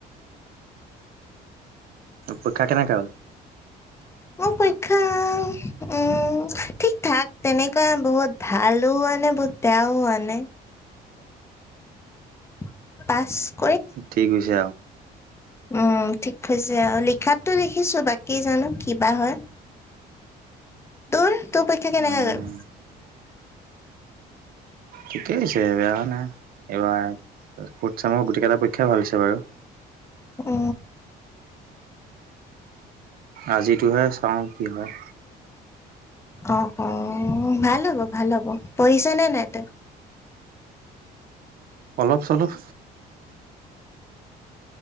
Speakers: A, on the right; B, on the left.
A: পৰীক্ষা কেনেকা হ'ল?
B: মো-পৰীক্ষা ওঁ ঠিক্‌ থাক, তেনেকুৱা বহুত ভালো হোৱা নাই, বহুত বেয়াও হোৱা নাই। পাছ্‌
A: ঠিক্‌ হৈছে আও?
B: উম, ঠিক্‌ হৈছে আও। লিখাটো লিখিছোঁ বাকি জানো কিবা হ'য়। তোৰ পৰীক্ষা কেনেকা
A: উম
B: গল
A: ঠিকেই হৈছে বেয়া হোৱা নাই এইবাৰ ফুড চামৰ গোটেইকেইটা পৰীক্ষাই ভাল হৈছে বাৰু
B: অ
A: আজিটোহে চাওঁ কি হয়
B: অ অ ভাল হ'ব ভাল হ'ব পঢ়িছ নে নাই ত
A: অলপ চলপ।